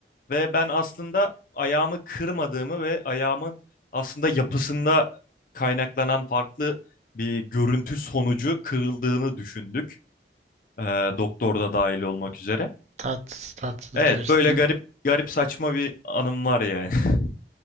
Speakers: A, on the left; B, on the right.
A: Ve ben aslında ayağımı kırmadığımı ve ayağımın aslında yapısında kaynaklanan farklı bir görüntü sonucu kırıldığını düşündük. Ee, doktor da dahil olmak üzere.
B: Tatsız tatsız
A: Evet,
B: gerçekten.
A: böyle garip garip saçma bir anım var yani. <laughs>